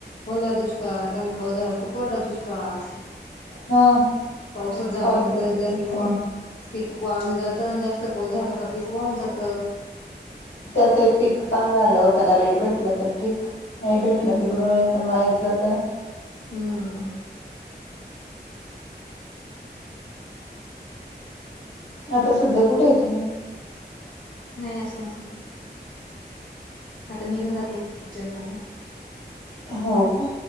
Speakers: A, on the left; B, on the left.
A: ओला दुष्काळ कमी पाऊस झाला की कोरडा दुष्काळ.
B: हा
A: पाऊसच झाला
B: पावसाचं
A: नाही तर जमीन
B: काय खरं
A: वा पीक वाळून जातं जास्त पाऊस झाला का पीक वाहुन जात.
B: त्या ते पीक चांगलं आल्यावर त्याला रेट भेटलं तर ठीक नाही भेटलं
A: हम्म
B: तिकडून नाही. पण वायाच जातं ना.
A: हम्म
B: आता सध्या कुठे आहे तुम्ही.
A: नाही असें ना सां आता मी घरात आहे किचन मध्ये.
B: हो का